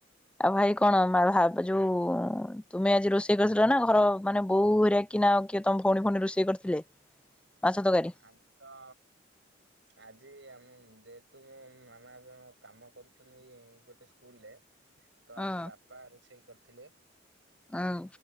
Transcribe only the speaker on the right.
ହୁଁ।
ଆଜି ତ ଆଜି ଆମ ଯେହେତୁ ମୋ ମାମା ଜଣକ କାମ କରୁଛନ୍ତି ଗୋଟେ ସ୍କୁଲ ରେ ତ
ଆଜି ବାପା ରୋଷେଇ କରିଥିଲେ।